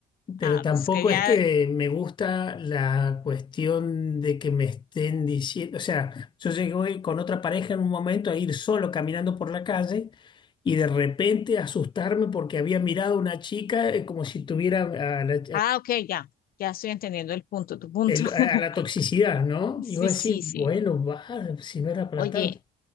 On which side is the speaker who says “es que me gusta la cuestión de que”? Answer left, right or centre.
Left